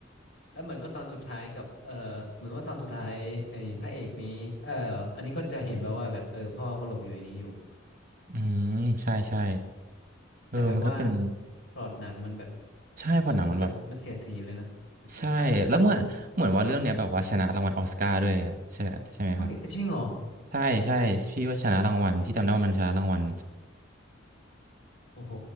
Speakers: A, on the left (about 70°); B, on the right (about 45°).
A: แล้วเหมือนก็ตอนสุดท้ายกับเออเหมือนว่าตอนสุดท้ายไอ้พระเอกนี้เอออันนี้ก็จะเห็นว่าว่าแบบเออพ่อก็หลบอยู่ในนี้อยู่
B: อืมใช่ใช่เออมันก็เป็น
A: แต่แบบว่าพล็อตหนังมันแบบ
B: ใช่พอหนังมันแบบ
A: มันมันมันเสียดสีเลยนะเสียดสีมากอ่ะ
B: ใช่แล้วเหมือนเหมือนว่าเรื่องเนี้ยแบบว่าชนะรางวัลออสการ์ด้วยอะใช่ใช่ไหมครับ
A: เฮ้ยจริงเหรอ
B: ใช่ใช่พี่ว่าชนะรางวัลที่จำได้ว่ามันชนะรางวัล
A: โอ้โห